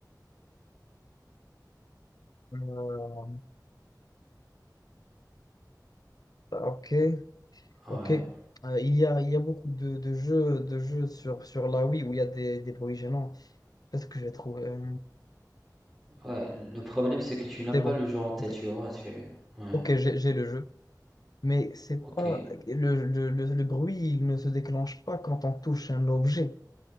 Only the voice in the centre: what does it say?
Ouais,
ouais. Le problème, c'est que tu n'as
pas
le jeu en tête,
tu vois. Tu... Ouais,
ok,